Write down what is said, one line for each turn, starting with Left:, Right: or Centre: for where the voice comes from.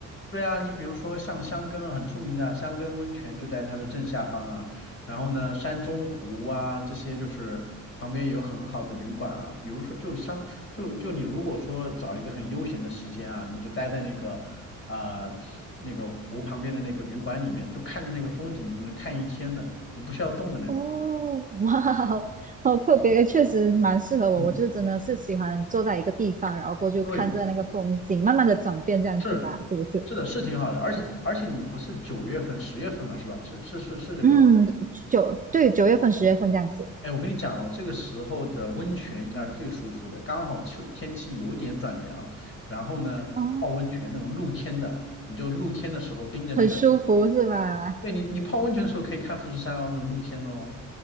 Left: 对啊，你比如说像香根啊，很出名的香根温泉就在它的正下方啊，然后呢，山中湖啊这些就是旁边有很好的旅馆啊，比如说就相就就你如果说找一个很悠闲的时间啊，你就待在那个呃那个湖旁边的那个旅馆里面，就看着那个风景，你就能看一天的，就不需要动的那种。
Right: 哦，哇哦，好好特别，
Left: 嗯
Right: 确实蛮适合我。
Left: 嗯，
Right: 我就真的是喜欢坐在一个地方，然后过去看着那个风景，
Left: 对，
Right: 慢慢的转变这样子吧，
Left: 是
Right: 是不是？
Left: 是的，是挺好的，而且而且你不是九月份、十月份嘛，是吧？是是是是这个吧？
Right: 嗯，九，对，九月份、十月份这样子。
Left: 哎，我跟你讲哦，这个时候的温泉应该是最舒服的，刚好秋天气有点转凉，然后呢，
Right: 哦，
Left: 泡温泉那种露天的，你就露天的时候盯着那个，
Right: 很舒服是吧？
Left: 对你，你泡温泉的时候可以看富士山哦，就露天哦，